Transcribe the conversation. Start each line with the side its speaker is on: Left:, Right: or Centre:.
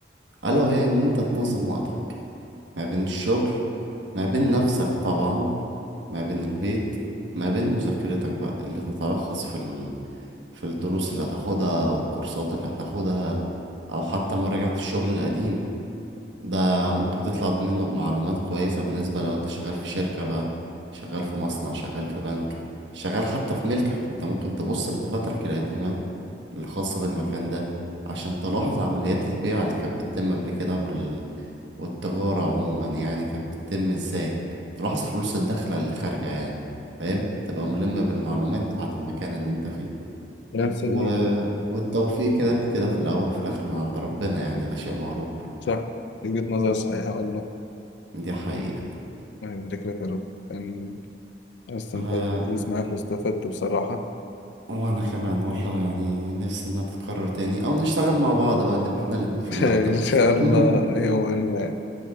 Right: ألا وهي إن أنت تنظم وقتك ما بين الشغل ما بين نفسك طبعا ما بين البيت ما بين مذاكرتك بقى اللي تتلخص في ال... في الدروس اللي هتاخدها أو الكورسات اللي هتاخدها أو حتى مراجعة الشغل القديم ده ممكن تطلع منه بمعلومات كويسة بالنسبة لو أنت شغال في شركة بقى شغال في مصنع شغال في بنك شغال حتى في ملكك أنت ممكن تبص في دفاترك القديمة الخاصة بالمكان ده عشان تلاحظ عمليات البيع اللي كانت بتتم قبل كده وال... والتجارة عموما يعني كانت بتتم ازاي تلاحظ الفلوس الداخلة اللي خارجة يعني فاهم تبقى ملم بالمعلومات بتاعة المكان اللي انت فيه
Left: كلام سليم
Right: و... والتوفيق كده كده في الأول وفي الآخر من عند ربنا يعني ده شيء معروف
Left: صح دي وجهة نظر صحيحة والله
Right: دي حقيقة
Left: يعني بارك لك يا رب كان أنا استمتعت
Right: آه،
Left: بالحديث معاك واستفدت بصراحة
Right: وأنا كمان والله يعني نفسي إنها تتكرر تاني أو نشتغل مع بعض بقى نبقى إحنا الاتنين في
Left: <laughs>
Right: المكتب
Left: إن
Right: مثلا
Left: شاء
Right: <laughs>
Left: الله يوما ما